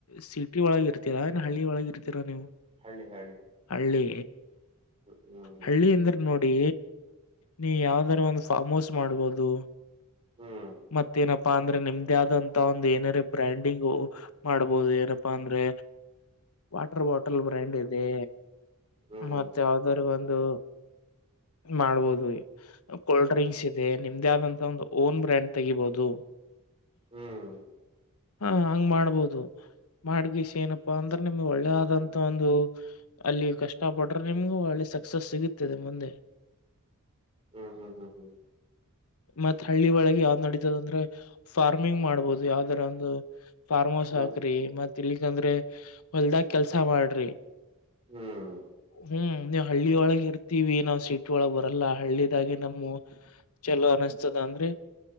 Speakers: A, on the left (about 85°); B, on the right (about 25°).
A: ಸಿಟಿ ಒಳಗ ಇರ್ತೀರಾ ಏನ್ ಹಳ್ಳಿ ಒಳಗ ಇರ್ತೀರಾ ನೀವು
B: ಹಳ್ಳಿ ಹಳ್ಳಿ
A: ಹಳ್ಳಿ
B: ಹ್ಮ್
A: ಹಳ್ಳಿ ಅಂದ್ರೆ ನೋಡಿ ನೀ ಯಾವ್ದ ಅ ಒಂದು ಫಾರ್ಮ್ ಹೌಸ್ ಮಾಡ್ಬಹದು
B: ಹ್ಮ್
A: ಮತ್ತೇನಪ್ಪಾ ಅಂದ್ರೆ ನಿಮ್ದೇ ಆದಂತ ಒಂದು ಏನಾರ ಬ್ರ್ಯಾಂಡಿಂಗ್ು ಮಾಡ್ಬೋದು ಏನಪ್ಪಾ ಅಂದ್ರೆ ವಾಟರ್ ಬಾಟಲ್ ಬ್ರ್ಯಾಂಡ್ ಇದೆ
B: ಹ್ಮ್
A: ಮ ಯಾವ್ದರು ಒಂದು ಮಾಡ್ಬೋದು ಕೋಲ್ಡ್ ಡ್ರಿಂಕ್ಸ್ ಇದೆ ನಿಮ್ದೇ ಆದಂತ ಒಂದು ಓನ್ ಬ್ರ್ಯಾಂಡ್ ತೆಗಿಬಹುದು
B: ಹ್ಮ್
A: ಹಾ ಹಂಗ್ ಮಾಡ್ಬೋದು ಮಾಡಗೀಸ ಏನಪ್ಪಾ ಅಂದ್ರೆ ನಿಮ್ಗೆ ಒಳ್ಳೇ ಆದಂತ ಒಂದು ಅಲ್ಲಿ ಕಷ್ಟ ಪಟ್ರೆ ನಿಮ್ಗೂ ಒಳ್ಳಿ ಸಕ್ಸಸ್ ಸಿಗತುತ್ತದೆ ಮುಂದೆ
B: ಹ್ಮ್ ಹ್ಮ್ ಹ್ಮ್ ಹ್ಮ್
A: ಮತ್ತ್ ಹಳ್ಳಿ ಒಳಗೆ ಯಾವ್ದ್ ನಡೀತದ ಅಂದ್ರೆ ಫಾರ್ಮಿಂಗ್ ಮಾಡ್ಬೋದು ಯಾವ್ದಾರ ಒಂದು ಫಾರ್ಮ್ ಹೌಸ್
B: ಹ್ಮ್
A: ಹಾಕ್ರಿ
B: ಹ್ಮ್
A: ಮತ್ ಇಲಿಕಂದ್ರೆ ಹೊಲ್ದಾಗ ಕೆಲ್ಸ ಮಾಡ್ರಿ
B: ಹ್ಮ್
A: ಹ್ಮ್ ನೀವು ಹಳ್ಳಿಯ ಒಳಗೆ ಇರ್ತಿೀವಿ ನಾವು ಸಿಟಿ ಒಳಗೆ ಬರಲ್ಲ ಹಳ್ಳಿದಾಗೆ ನಮ್ಮ ಚಲೋ ಅನಿಸ್ತದ ಅಂದ್ರೆ